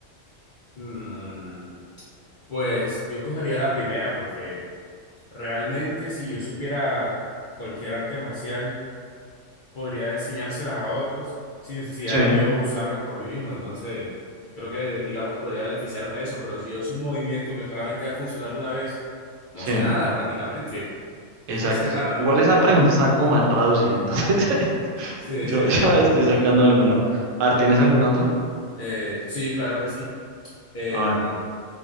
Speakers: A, on the left (about 60°); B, on the right (about 80°).
A: Mm, pues yo escogería la primera porque realmente si yo supiera cualquier arte marcial... podría enseñárselas a otros sin necesidad
B: Sí,
A: de yo usarlas por mí mismo. Entonces, creo que, digamos, podría beneficiarme de eso, pero si yo es un movimiento que solamente va a funcionar una vez, no
B: sí,
A: sé nada prácticamente, <laughs>
B: exacto,
A: no sé nada.
B: exacto. Igual esa pregunta está como mal traducida, entonces <laughs>
A: Sí,
B: yo
A: sí,
B: ya
A: sí.
B: la estoy sacando de algún lado. A ver, ¿tienes alguna otra?
A: Eh, sí, claro que sí. Em,
B: A ver,